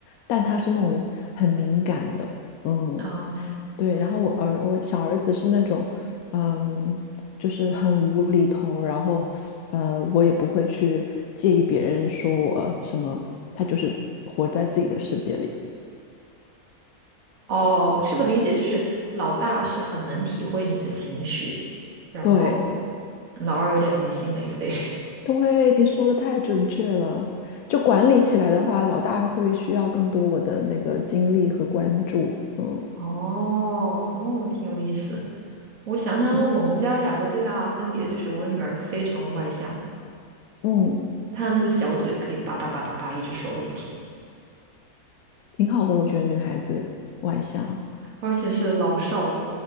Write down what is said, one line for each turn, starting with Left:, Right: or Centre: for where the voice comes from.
Left: 但他是那种很敏感的，嗯，
Right: 啊、
Left: 对。然后我儿我小儿子是那种，嗯，就是很无厘头。然后，呃，我也不会去介意别人说我什么，他就是活在自己的世界里。
Right: 哦，是不是理解就是老大是很能体会你的情绪，然后
Left: 对，
Right: 老二有点没心没肺。<laughs>
Left: 对，你说的太准确了。就管理起来的话，老大会需要更多我的那个精力和关注。嗯
Right: 哦哦，挺有意思。我想想，
Left: 嗯
Right: 我们家两个最大的分别就是，我女儿非常的外向，
Left: 嗯，
Right: 她那个小嘴可以叭叭叭叭叭一直说个不停，
Left: 挺好的，我觉得女孩子外向。
Right: 而且是老少